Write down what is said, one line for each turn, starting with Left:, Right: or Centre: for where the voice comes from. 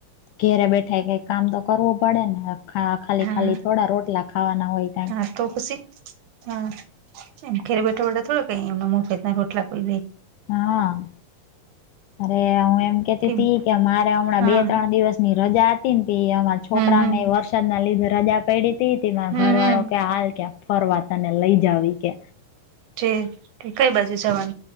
Left: ઘેરે બેઠાય કાંઈ કામ તો કરવું પડે ને, ખા ખાલી-ખાલી
Right: હા
Left: થોડા રોટલા ખાવાના. હોય કાઈ
Right: હા તો પસી. હા એમ. ઘેરે બેઠા-બેઠા થોડી કાંઈ એમ મફત રોટલા કોઈ દે.
Left: હા. અરે હું એમ કહેતી
Right: હમ
Left: તી કે મારે હમણાં
Right: હા
Left: બે ત્રણ દિવસ ની રજા હત તીન તે અમાર છોકરાઓને
Right: હમ હમ
Left: વરસાદના લીધે રજા પયડી તી તી માર
Right: હમ
Left: ઘરવાળો
Right: હમ
Left: કે હાલ ક્યાંક ફરવા તને લઈ જાઉ ઈ કે.
Right: છે. તે કંઈ બાજુ જાવાન